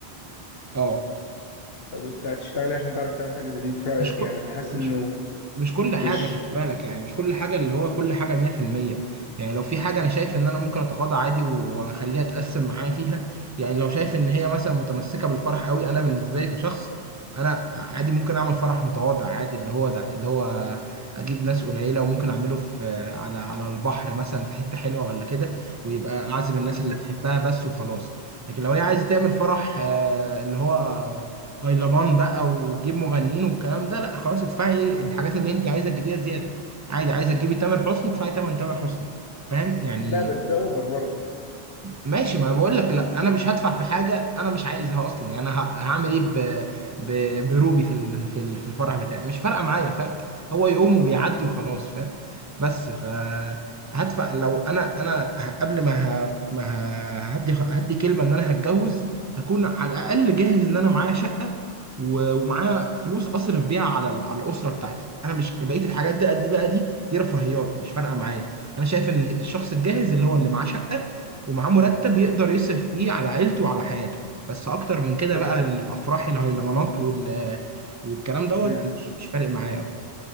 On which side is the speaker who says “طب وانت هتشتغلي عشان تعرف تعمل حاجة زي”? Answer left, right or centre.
Left